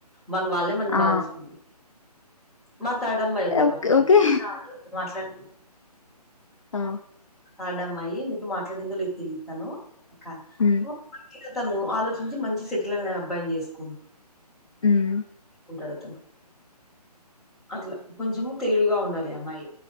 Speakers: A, in the centre; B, on the left (about 50°).
A: మన వాళ్ళే మనకి
B: ఆ
A: బాగాచూసుకుంట్రు, మా తాడమ్మాయి ఉంది ఒక
B: ఓకే
A: అమ్మాయి,
B: ఓకే
A: మాట్లాడి
B: ఆ
A: అడం అమ్మాయి నీతో మాట్లాడిందో లేద్ తెలిద్ తను క
B: ఉమ్
A: ఇక తను ఆలోచించి మంచి సెటిల్ అయిన అబ్బాయిని చేసుకుం
B: ఉమ్
A: ఉంటాడతను, అట్లా కొంచము తెలివిగా ఉండాలి ఈ అమ్మాయి